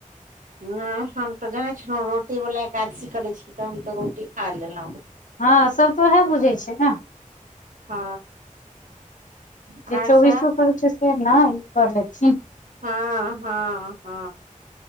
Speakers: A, on the right; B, on the left.
A: नहि हम। तऽ जै छलहुँ रोटी बला एकादशी करै छी तऽ हम तऽ रोटी खा लेलहुँ।
B: हँ सभ तऽ ओएह बुझै छै ने
A: हँ। आर
B: जे चौबीसो
A: सब
B: करै छै से नहि ई कर लेथिन।
A: ह ह ह